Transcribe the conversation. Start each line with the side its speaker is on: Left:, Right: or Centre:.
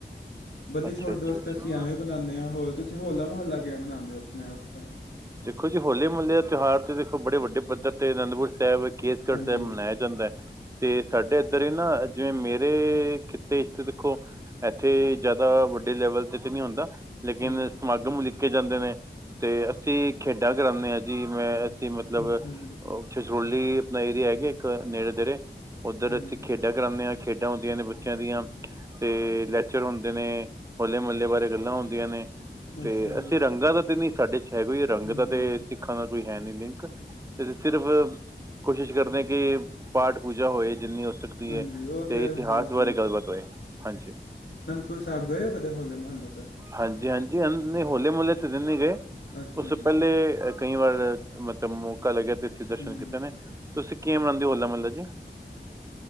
Left: ਬੰਦੀ
Right: ਅੱਛਾ
Left: ਛੋੜ
Right: ਅੱਛਾ
Left: ਦਿਵਸ
Right: ਅੱਛਾ
Left: ਤਾ ਅਸੀ ਐਵੇਂ ਈ ਮਨਾਨੇ ਆ, ਹੋਰ ਤੁਸੀ ਹੋਲਾ-ਮੋਹੱਲਾ ਕਿਵੇਂ ਮਨਾਂਦੇ ਓ ਆਪਣੇ ਓਥੇ
Right: ਦੇਖੋ ਜੀ ਹੋਲੇ-ਮੋਹੱਲੇ ਦਾ ਤਓਹਾਰ ਤਾ ਦੇਖੋ ਬੜੇ ਵੱਡੇ ਪੱਧਰ ਤੇ ਅਨੰਦਪੁਰ ਸੈਬ, ਕੇਸਗੜ੍ਹ
Left: ਹਾਂਜੀ
Right: ਸੈਬ ਮਨਾਆ ਜਾਂਦਾ, ਤੇ ਸਾਡੇ ਏਧਰ ਈ ਨਾ ਜਿਵੇਂ ਮੇਰੇ ਖਿੱਤੇ ਚ ਦੇਖੋ ਐਥੇ ਜੈ਼ਦਾ ਵੱਡੇ ਲੈਵਲ ਤੇ ਤੇ ਨੀ ਹੁੰਦਾ। ਲੇਕਿਨ
Left: ਹਾਂਜੀ
Right: ਸਮਾਗਮ ਓਲੀਕੇ ਜਾਂਦੇ ਨੇ, ਤੇ ਅਸੀ ਖੇਡਾਂ ਕਰਾਨੇ ਆਂ ਜੀ, ਮੈਂ ਅਸੀ ਮਤਲਬ
Left: ਅੱਛਾ ਜੀ
Right: ਛਛਰੋਲੀ ਆਪਨਾ ਏਰੀਆ ਗੇ ਏਕ ਨੇੜੇ-ਤੇੜੇ ਓਧਰ
Left: ਹੂੰ
Right: ਅਸੀ ਖੇਡਾਂ ਕਰਾਨੇ ਆਂ, ਖੇਡਾਂ ਹੁੰਦੀਆਂ ਨੇ ਬੱਚੇਆਂ ਦੀਆਂ। ਤੇ ਲੈਚਰ ਹੁੰਦੇ ਨੇ, ਹੋਲੇ-ਮੱਲੇ ਬਾਰੇ ਗੱਲਾਂ ਹੁਨ ਦੀਆਂ ਨੇ, ਤੇ
Left: ਅੱਛਾ ਜੀ
Right: ਅਸੀ ਰੰਗਾਂ ਦਾ ਤੇ ਨੀ ਸਾਡੇ ਚ ਹੈਗੀ ਏ ਰੰਗ
Left: ਹੂੰ
Right: ਦਾ ਤੇ ਸਿੱਖਾਂ ਦਾ ਕੋਈ ਹੈ ਨੀ ਲਿੰਕ, ਤੇ ਸਿਰਫ ਕੋਸ਼ਿਸ਼ ਕਰਦੇ ਆਂ ਕਿ ਪਾਠ ਪੂਜਾ ਹੋਏ ਜਿੰਨੀ ਹੋ ਸਕਦੀ
Left: ਹਾਂਜੀ
Right: ਏ,
Left: ਉਹ
Right: ਤੇ
Left: ਤਾਂ
Right: ਇਤਿਹਾਸ
Left: ਹਰ
Right: ਬਾਰੇ ਗੱਲਬਾਤ ਹੋਏ, ਹਾਂਜੀ।
Left: ਪੁਰ ਸੈਬ ਗਏ ਓ ਕਦੇ ਹੋਲੇ-ਮਹੱਲੇ ਤੇ
Right: ਹਾਂਜੀ, ਹਾਂਜੀ ਹਂ ਹੋਲੇ-ਮੱਲੇ ਤੇ ਤਾ ਨੀ ਗਏ।
Left: ਅੱਛਾ
Right: ਉਸ
Left: ਜੀ
Right: ਤੋ ਪ੍ਹੈਲੇ ਕਈਂ ਵਾਰ ਮਤਲਬ ਮੌਕਾ ਲੱਗੇਆ ਤੇ ਏਥੇ ਦਰਸ਼ਨ
Left: ਹੂੰ
Right: ਕੀਤੇ ਨੇ। ਤੂਸੀਂ ਕਿਵੇਂ ਮਨਾਂਦੇ ਓ ਹੋਲਾ ਮੱਲਾ ਜੀ?